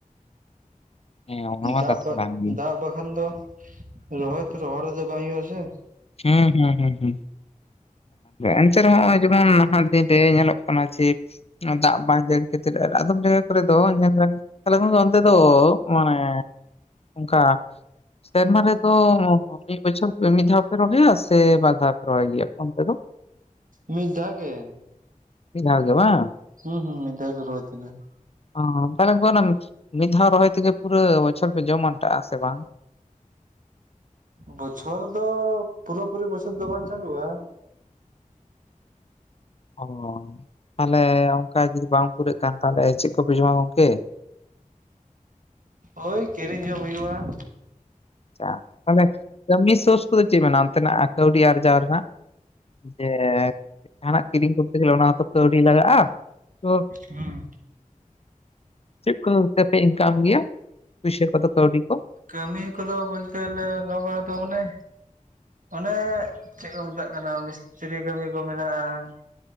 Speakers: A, on the left (about 45°); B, on the right (about 70°).
A: ᱦᱮᱸ ᱚᱱᱟ ᱢᱟ
B: ᱫᱟᱜ
A: ᱠᱟᱛᱷᱟ
B: ᱵᱟ
A: ᱠᱟᱱ ᱜᱮ
B: ᱫᱟᱜ ᱵᱟᱠᱷᱟᱱ ᱫᱚ ᱨᱚᱦᱚᱭ ᱛᱚ ᱨᱚᱦᱚᱲ ᱨᱮᱫᱚ ᱵᱟᱝ ᱦᱩᱭᱩᱜ-ᱟ ᱥᱮ
A: ᱦᱮᱸ ᱦᱩᱸ ᱦᱩᱸ ᱦᱩᱸ ᱮᱱᱛᱮ ᱨᱮᱦᱚᱸ ᱚᱸᱦᱚᱭ ᱡᱚᱦᱚᱱ ᱱᱟᱦᱟᱜ ᱫᱤᱱᱨᱮ ᱧᱮᱞᱚᱜ ᱠᱟᱱᱟ ᱪᱤ ᱫᱟᱜ ᱵᱟᱝ ᱡᱟᱹᱨᱤ ᱠᱷᱟᱹᱛᱤᱨ ᱟᱨ ᱟᱫᱚᱢ ᱡᱟᱭᱜᱟ ᱠᱚᱨᱮ ᱫᱚ ᱧᱮᱞ ᱢᱮ ᱟᱞᱮ ᱠᱷᱚᱱ ᱚᱱᱛᱮ ᱫᱚ ᱢᱟᱱᱮ ᱩᱝᱠᱟ ᱥᱮᱨᱢᱟ ᱨᱮᱫᱚ ᱢᱤᱫ ᱵᱚᱪᱷᱚᱨ ᱢᱤᱫ ᱫᱷᱟᱣ <unintelligible> ᱥᱮ ᱵᱟᱨ ᱫᱷᱟᱣ ᱯᱮ ᱨᱚᱦᱚᱭ ᱜᱮᱭᱟ, ᱮᱯᱚᱱ ᱛᱮᱫᱚ ᱾
B: ᱢᱤᱫ ᱫᱷᱟ ᱜᱮ
A: ᱢᱤᱫ ᱫᱷᱟᱣ ᱜᱮ ᱵᱟᱝ ᱾
B: ᱦᱩᱸ ᱦᱩᱸ ᱢᱤᱫᱟᱣᱞᱮ ᱨᱚᱭ ᱛᱟᱦᱮᱱᱟ ᱾
A: ᱚ ᱛᱟᱞᱮᱢ ᱠᱚᱱᱟᱢ ᱢᱤᱫ ᱫᱷᱟᱣ ᱨᱚᱦᱚᱭ ᱛᱮᱜᱮ ᱯᱩᱨᱟᱹ ᱵᱚᱪᱷᱚᱨ ᱯᱮ ᱡᱚᱢ ᱟᱴᱟᱜᱼᱟ ᱥᱮ ᱵᱟᱝ?
B: ᱵᱚᱪᱷᱚᱨ ᱫᱚ ᱯᱩᱨᱟᱹ ᱯᱩᱨᱤ ᱵᱟᱹᱭᱥᱟᱹᱠ ᱫᱚ ᱵᱟᱝ ᱪᱟᱹᱞᱩᱜᱼᱟ ᱾
A: ᱚ ᱛᱟᱧᱞᱮ ᱚᱱᱠᱟ ᱡᱩᱫᱤ ᱵᱟᱝ ᱯᱩᱨᱟᱹᱜ ᱠᱷᱟᱱ ᱛᱟᱦᱞᱮ ᱪᱮᱜ ᱠᱚᱯᱮ ᱡᱚᱢᱟ ᱜᱚᱝᱠᱮ ᱾
B: ᱦᱚᱭ ᱠᱤᱨᱤᱧ ᱡᱚᱢ ᱦᱩᱭᱩᱜᱼᱟ ᱾
A: ᱟᱪᱪᱷᱟ ᱛᱟᱦᱞᱮ ᱠᱟᱹᱢᱤ ᱥᱳᱨᱥ ᱠᱚᱫᱚ ᱪᱮᱜ ᱢᱮᱱᱟᱜᱼᱟ ᱚᱱᱛᱮᱱᱟᱜ ᱠᱟᱹᱣᱰᱤ ᱟᱨᱡᱟᱣ ᱨᱮᱱᱟᱜ ᱾ ᱡᱮ ᱡᱟᱦᱟᱱᱟᱜ ᱠᱤᱨᱤᱧ ᱠᱚᱛᱮᱨᱮ ᱛᱱᱟ ᱦᱚᱸᱛᱚ ᱠᱟᱹᱣᱰᱤ ᱞᱟᱜᱟᱜᱼᱟ᱾ ᱛᱚ
B: ᱦᱩᱸ
A: ᱪᱮᱫ ᱠᱚᱦᱚᱣ ᱛᱮᱯᱮ ᱤᱱᱠᱟᱢ ᱜᱮᱭᱟ ᱯᱩᱭᱥᱟᱹ ᱠᱚᱫᱚ ᱠᱟᱹᱣᱰᱤ ᱠᱚ ᱾
B: ᱠᱟᱹᱢᱤ ᱠᱚᱫᱚ ᱵᱚᱞᱛᱮᱞᱮ ᱱᱚᱣᱟ ᱠᱚᱨᱮᱫᱚ ᱢᱟᱱᱮ ᱚᱱᱮ ᱪᱮᱜ ᱠᱚ ᱢᱮᱛᱟᱜ ᱠᱟᱱᱟ, ᱢᱤᱥᱛᱨᱤ ᱠᱟᱹᱢᱤ ᱠᱚ ᱢᱮᱱᱟᱜᱼᱟ ᱾